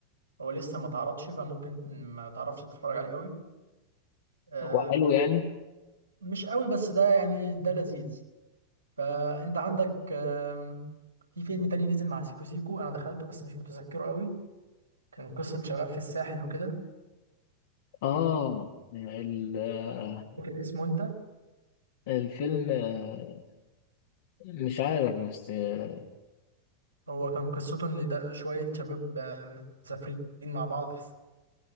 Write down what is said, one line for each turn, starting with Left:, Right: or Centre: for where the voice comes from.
Right: هو لسه ما تعرضش فممكن ما تعرفش تتفرج عليه قوي آه،
Left: هو حلو
Right: ده
Left: يعني
Right: مش قوي بس ده يعني ده لذيذ فانت عندك آم، في فيلم تاني نزل مع سيكو سيكو انا دخلته بس مش متذكره قوي كان قصة شباب في الساحل وكده
Left: اه ال- آه،
Right: فاكر اسمه انت
Left: الفيلم آه، مش عارف بس آه،
Right: هو كان قصته ان ده شوية شباب آم، مسافرين مع بعض في